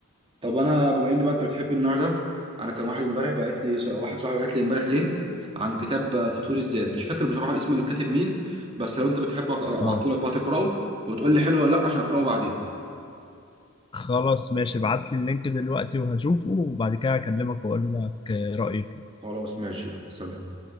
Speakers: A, on the right; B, on the left.
A: طب انا بما ان بقى انت بتحب النوع ده انا كان واحد امبارح بعت لي واحد صاحبي بعت لي امبارح لينك عن كتاب تطوير الذات مش فاكر بصراحه اسم الكاتب مين بس لو انت بتحبه ابعته
B: أه
A: لك بقى تقراه وتقول لي حلو ولا لا عشان اقراه بعدين
B: خلاص ماشي ابعت لي اللينك دلوقتي وهشوفه وبعد كده هكلمك وأقول لك رأيي فيه
A: خلاص ماشي يلا سلام